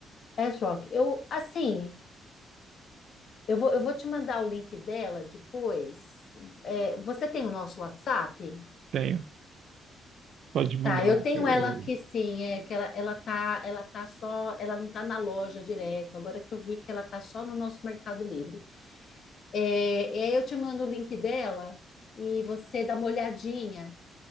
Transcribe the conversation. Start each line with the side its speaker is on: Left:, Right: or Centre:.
Left: É, Joque, eu, assim, eu vou, eu vou te mandar o link dela depois. É, você tem o nosso WhatsApp?
Right: Tenho. Pode mandar.
Left: Tá, eu
Right: lá.
Left: tenho
Right: Eu-
Left: ela aqui sim, é que ela, ela tá, ela tá só, ela não tá na loja direto, agora que eu vi que ela tá só no nosso Mercado Livre. É, e aí eu te mando o link dela e você dá uma olhadinha,